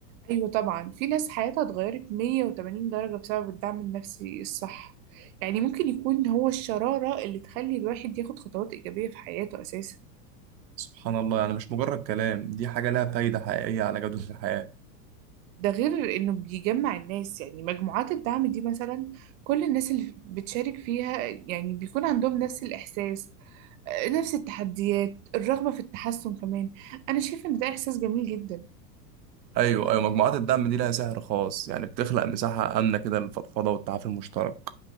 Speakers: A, on the right (about 50°); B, on the right (about 85°).
A: أيوة طبعا في ناس حياتها اتغيرت 180 درجة بسبب الدعم النفسي الصح يعني ممكن يكون هو الشرارة اللي تخلي الواحد ياخد خطوات إيجابية في حياته أساسا
B: سبحان الله يعني مش مجرد كلام دي حاجة لها فايدة حقيقية على جودة الحياة
A: ده غير إنه بيجمع الناس يعني مجموعات الدعم دي مثلا كل الناس اللي بتشارك فيها يعني بيكون عندهم نفس الإحساس آه، نفس التحديات الرغبة في التحسن كمان أنا شايفة إن ده إحساس جميل جدا
B: أيوة أيوة مجموعات الدعم دي لها سحر خاص يعني بتخلق مساحة آمنة كده للفضفضة والتعافي المشترك